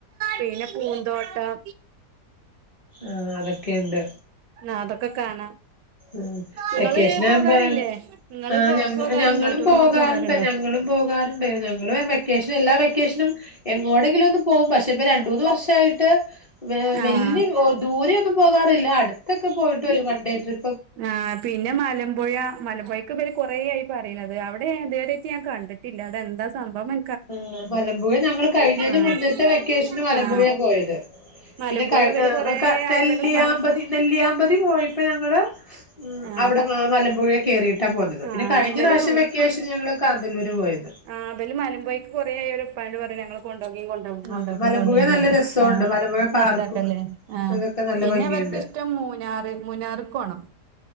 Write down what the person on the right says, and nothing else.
പിന്നെ പൂന്തോട്ടം
ആഹ് അതൊക്കെ കാണാം
ഇങ്ങള്
പോകാറില്ലേ ഇങ്ങള്
പോ
പോകാറുണ്ടോ
ടൂറൊക്കെ
പോകാറുണ്ടോ
ആഹ്
ആ പിന്നെ മല ലമ്പുഴ മലമ്പുഴക്ക് ഇവര് കൊറേ ആയി പറീണത് അവിടെഞാൻ ഇതേവെരായിറ്റ് ഞാൻ കണ്ടിട്ടില്ല അവിടെ എന്താ സംഭവം മ
ആ
ആ
മലമ്പുഴ
ഇവര്
കൊറേ
ആയി
ഇവലെ ഉപ്പാനെ
ആ
ആ
ഇവല്
ആഹ് ഇബല് മലമ്പൊയക്ക് കുറേ ആയി ഓലെ ഇപ്പനോട് പറീണു ഞങ്ങളെ കൊണ്ടോകിം കൊണ്ടോകിം
കൊണ്ടോകിം
കൊണ്ടോകിഅറിം
ആഹ്
രസക്കല്ലേ ആഹ്
പിന്നെ
ഇവർക്കിഷ്ടം മൂനാറ് മൂനാറ്ക്കോണം